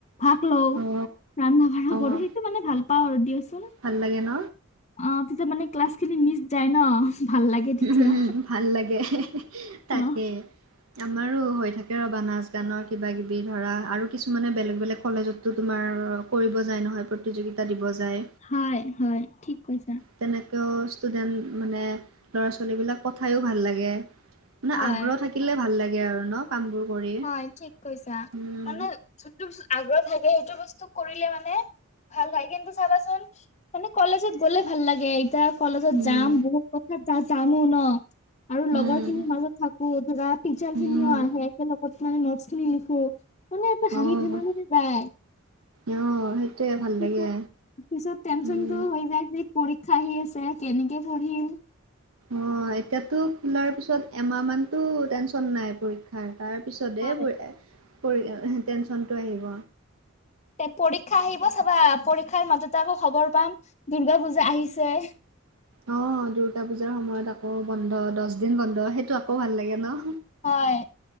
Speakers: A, on the left; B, on the right.
A: ভাগ লও
B: অ
A: ৰন্ধা-বঢ়া কৰো,
B: অ
A: সেইটো মানে ভাল পাওঁ আৰু দিয়কচোন।
B: ভাল লাগে ন।
A: অ তেতিয়া মানে ক্লাছ খিনি মিচ যায় ন ভাল লাগে তেতিয়া।
B: উম, ভাল লাগে হে হে হে তাকে।
A: অ
B: আমাৰো হৈ থাকে, ৰবা নাচ-গানৰ কিবা-কিবি ধৰা আৰু কিছুমানে বেলেগ-বেলেগ কলেজতো তো তোমাৰ কৰিব যায় নহয় প্ৰতিযোগিতা দিব যায়।
A: হয়-হয় ঠিক কৈছা।
B: তেনেকৈও ষ্টুডেণ্ট মানে ল'ৰা-ছোৱালীবিলাক পঠায়ো ভাল লাগে। মানে
A: হয়
B: আগ্ৰহ থাকিলে ভাল লাগে আৰু ন কামবোৰ কৰি উম'।
A: হয় ঠিক কৈছা মানে যোনটো বস্তু আগ্ৰহ থাকে সেইটো বস্তু কৰিলে মানে ভাল হয়। কিন্তু চাবাচোন মানে কলেজত গ'লে ভাল লাগে, এতিয়া কলেজত
B: উম,
A: যাম বহুত কথা জানো ন। আৰু
B: উম,
A: লগৰ খিনিৰ মাজত থাকো ধৰা টিচাৰ
B: উম।
A: খিনিও আহে। একেলগত মানে নোটছ খিনি লিখো মানে এটা হাঁহি
B: অ',
A: ধেমালিতে যায়।
B: অ', সেইটোৱে ভাল
A: পিছত
B: লাগে
A: পিছত টেনশনটো
B: উম।
A: হৈ যায় যে পৰীক্ষা আহি আছে কেনেকে পঢ়িম?
B: অ' এতিয়াতো খোলাৰ পিছত এমাহ মানতো টেনশন নাই পৰীক্ষা। হয়। তাৰ পিছতে
A: হয়
B: এইবোৰে এ পঢ়ি টেনশনটো আহিব।
A: তে পৰীক্ষা আহিব চাবা। পৰীক্ষাৰ মাজতে আকৌ' খবৰ পাম দূৰ্গা পুজা আহিছে।
B: অ' দূৰ্গা পূজাৰ সময়ত আকৌ' বন্ধ, দহ দিন বন্ধ সেইটো আকৌ ভাল লাগে ন।
A: হয়,